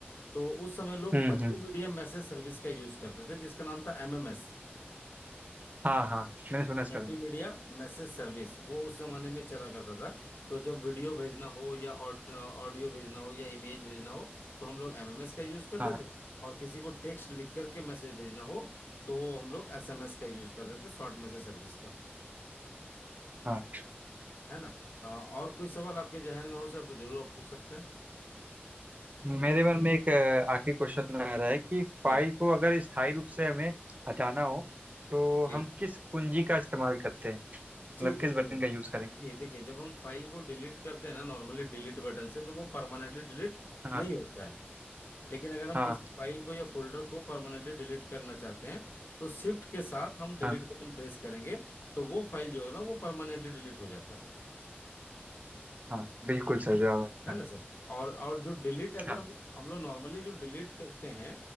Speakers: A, on the left; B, on the right.
A: तो उस समय लोग
B: हम्म
A: मल्टीमीडिया
B: हम्म
A: मैसेज सर्विस का यूज करते थे जिसका नाम था एमएमएस
B: हाँ हाँ मैंने सुना इसका
A: मल्टीमीडिया
B: नाम।
A: मैसेज सर्विस वो उस जमाने में चला करता था तो जब वीडियो भेजना हो या ऑडियो भेजना हो या इमेज भेजना हो तो हम लोग एमएमएस का यूज करते
B: हाँ
A: थे और किसी को टेक्स्ट लिख करके मैसेज भेजना हो तो हम लोग एसएमएस का यूज करते थे शॉर्ट मैसेज सर्विस का
B: हाँ
A: है ना अ, और कोई सवाल आपके जहन में हो सर तो जरूर आप पूछ सकते हैं
B: मेरे मन में एक अ, आखिरी क्वेश्चन आ रहा है कि फाइल
A: जी
B: को अगर स्थायी रूप से हमें हटाना हो तो
A: जी
B: हम किस कुंजी का इस्तेमाल करते हैं
A: जी
B: मतलब
A: जी
B: किस
A: जी
B: बटन का यूज करेंगे
A: जी देखिए जब हम फाइल को डिलीट करते हैं ना नॉर्मली डिलीट बटन से तो वो परमानेंटली डिलीट
B: हाँ
A: नहीं होता है लेकिन अगर हम
B: हाँ
A: किसी फाइल को या फोल्डर को परमानेंटली डिलीट करना चाहते हैं तो शिफ्ट के साथ हम डिलीट
B: हाँ।
A: बटन प्रेस करेंगे तो वो फाइल जो है ना वो परमानेंटली डिलीट हो जाता है
B: हाँ बिल्कुल सही जवाब
A: है
B: है
A: ना सर और और जो डिलीट अगर
B: आपका
A: हम हम लोग नॉर्मली जो डिलीट करते हैं